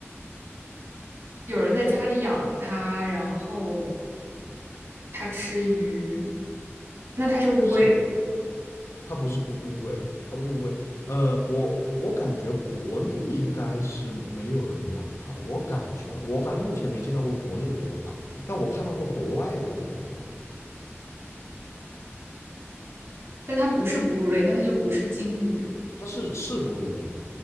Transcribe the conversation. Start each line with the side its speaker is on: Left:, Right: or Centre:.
Right: 有人在家里养它，然后它吃鱼，那它是乌龟？
Left: 是，它不是乌乌龟，它不是乌龟。呃，我我感觉国内应该是没有人养它了，我感觉啊我反正目前没见到过国内有人养它，但我看到过国外有人养它，
Right: 但它不是哺乳类，那它就不是鲸鱼；
Left: 它是是哺乳类，